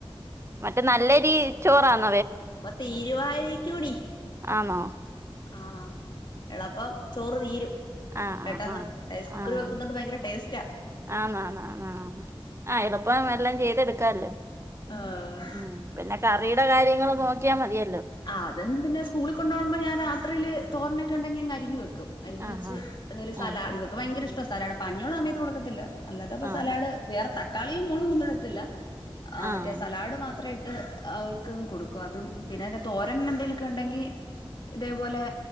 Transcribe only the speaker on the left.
ഇപ്പ തീരുവാരിക്കൂടി.
ആഹ് എളപ്പം ചോറ് തീരും
പെട്ടെന്ന്
റൈസ് കുക്കർ
വെക്കുന്നോണ്ട് ഭയങ്കര ടേസ്റ്റാ
ആഹ്
ആഹ് അതന്ന പിന്നെ സ്കൂള കൊണ്ടോവമ്പോ ഞാൻ രാത്രിയില് തോരനൊക്കെണ്ടെങ്കി അങ് അരിഞ് വക്കും. അരിഞ്ഞ
വെച്ച്
ഏതായാലും സലാഡ്
ഇവക്ക് ഭയങ്കര ഇഷ്ട സലാഡ് പഞ്ഞിയുള്ള സമയത്ത് കൊടുക്കത്തില്ല. അല്ലാതെപ്പ
സലാഡ് വേറെ തക്കാളിയും മോളെകും ഒന്നും ഇടുത്തില്ല
മറ്റേ സലാഡ് മാത്രേ അവർക്ക് കൊടുക്കും. അതും പിന്നെ തോരൻ എന്തേങ്കലൊക്കെ ഉണ്ടെങ്കി ഇതേപോലെ